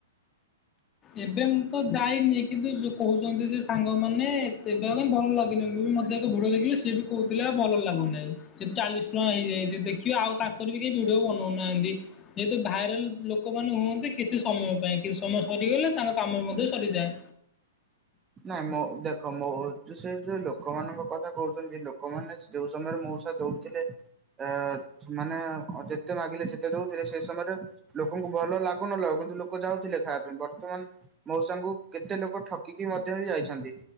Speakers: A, on the left (about 25°); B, on the right (about 20°).
A: ଏବେ ମୁଁ ତ ଯାଇନି କିନ୍ତୁ ଯୋ କହୁଛନ୍ତି ଯେ ସାଙ୍ଗମାନେ ଏତେ <unintelligible> ଭଲ ଲାଗିନେଇ ମୁଁ ବି ମଧ୍ୟ ଏକ ଭିଡ଼ିଓ ଦେଖିଲି ସିଏ ବି କହୁଥିଲେ ଆଉ ଭଲ ଲାଗୁନାହି। କିନ୍ତୁ ଚାଳିଶ ଟଙ୍କା ହେଇଯାଏ ଦେଖିବେ ଆଉ ତାଙ୍କର ବି କେହି ଭିଡିଓ ବନଉନାହାନ୍ତି ଯେହେତୁ ଭାଇରାଲ ଲୋକମାନେ ହୁଅନ୍ତି କିଛି ସମୟ ପାଇଁ କିଛି ସମୟ ସରିଗଲେ ତାଙ୍କ କାମ ମଧ୍ୟ ସରିଯାଏ।
B: ନାଇଁ ମୋ ଦେଖ ମୋ ସେ ଯୋଉ ଲୋକମାନଙ୍କ କଥା କହୁଛନ୍ତି ଲୋକମାନେ ଯୋଉ ସମୟରେ ମଉସା ଦଉଥିଲେ ଏ ମାନେ ଯେତେ ମାଗିଲେ ଯେତେ ଦଉଥିଲେ ସେଇ ସମୟରେ ଲୋକଙ୍କୁ ଭଲ ଲାଗୁନ ଲାଗୁ କିନ୍ତୁ ଲୋକ ଯାଉଥିଲେ ଖାଇବା ପାଇଁ ବର୍ତମାନ ମଉସା ଙ୍କୁ କେତେ ଲୋ ଠକିକି ମଧ୍ୟ ଯାଇଛନ୍ତି